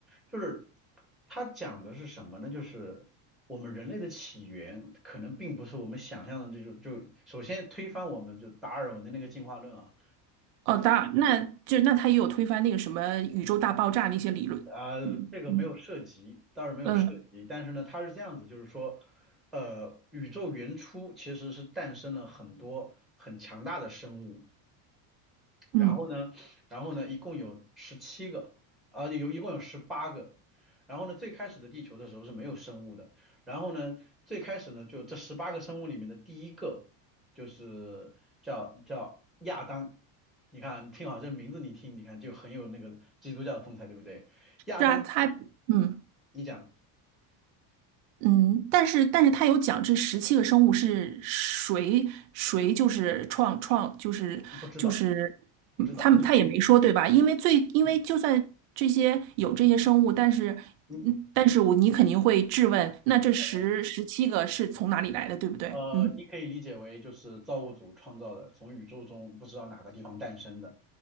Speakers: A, in the centre; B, on the right (about 60°).
A: 就是它讲的是什么呢？就是我们人类的起源可能并不是我们想象的这种，就首先推翻我们就达尔文的那个进化论啊。
B: 哦，当然，那就那他也有推翻那个什么宇宙大爆炸那些理论，
A: 啊，
B: 嗯嗯
A: 这个没有涉及，倒是没有涉及，
B: 嗯
A: 但是呢，它是这样子，就是说，呃，宇宙原初其实是诞生了很多很强大的生物，
B: 嗯，
A: 然后呢，然后呢，一共有十七个，啊、有一共有十八个，然后呢，最开始的地球的时候是没有生物的，然后呢，最开始呢，就这十八个生物里面的第一个就是叫叫亚当，你看啊，你听好这名字，你听，你看就很有那个基督教的风采，对不对？亚当
B: 是啊，他嗯。
A: 你讲
B: 嗯，但是但是他有讲这十七个生物是谁谁就是创创就是就是嗯他们他也没说对吧？
A: 不知道，不知道，你可以，
B: 因为最因为就算这些有这些生物，
A: 嗯，
B: 但是嗯但是我你肯定会质问，
A: 你
B: 那这十十七个是从哪里来的，
A: 呃
B: 对不对？
A: 呃，
B: 嗯
A: 你可以理解为就是造物主创造的，从宇宙中不知道哪个地方诞生的。